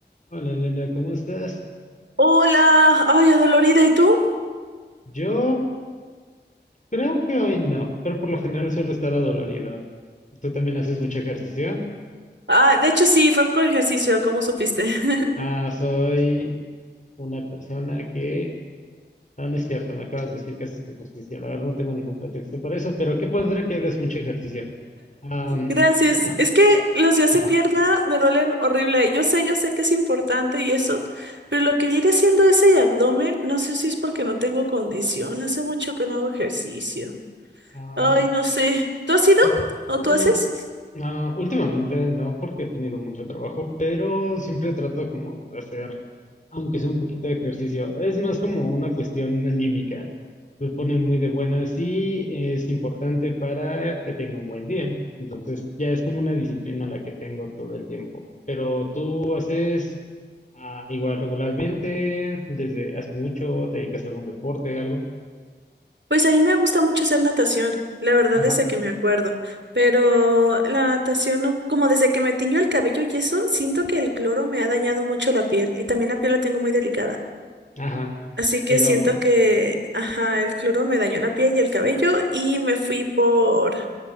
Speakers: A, on the left (about 45°); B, on the right (about 80°).
A: Hola Elena, ¿cómo estás?
B: Hola, ay, adolorida, ¿y tú?
A: Yo creo que hoy no, pero por lo general suelo estar adolorido. ¿Tú también haces mucho ejercicio?
B: Ah, de hecho sí, fue con ejercicio, ¿cómo supiste? <laughs>
A: Ah, soy una persona que... No, no es cierto, me acabas de decir que haces ejercicio. La verdad no tengo ningún pretexto para eso, pero qué padre que hagas mucho ejercicio. Am,
B: Gracias.
A: <laughs>
B: Es que los días
A: ajá,
B: de pierna me duelen horrible. Yo sé, yo sé que es importante y eso, pero lo que viene siendo ese abdomen, no sé si es porque no tengo condición. Hace mucho que no hago ejercicio.
A: am,
B: Ay, no sé. ¿Tú has ido?
A: Pero,
B: ¿O tú
A: mm,
B: haces?
A: no, últimamente no, porque he tenido mucho trabajo, pero siempre trato como de hacer, aunque sea un poquito de ejercicio. Es más como una cuestión anímica. Me pone muy de buenas y es importante para que tenga un buen día. Entonces, ya es como una disciplina la que tengo todo el tiempo. Pero tú haces ah, igual regularmente, desde hace mucho, te dedicas a algún deporte, algo.
B: Pues a mí me gusta mucho hacer natación, la verdad
A: Ajá,
B: desde que me acuerdo, pero la natación, no- como desde que me tiñó el cabello y eso, siento que el cloro me ha dañado mucho la piel y también la piel la tengo muy delicada.
A: ajá,
B: Así que
A: pero,
B: siento que, ajá, el cloro me dañó la piel y el cabello y me fui por,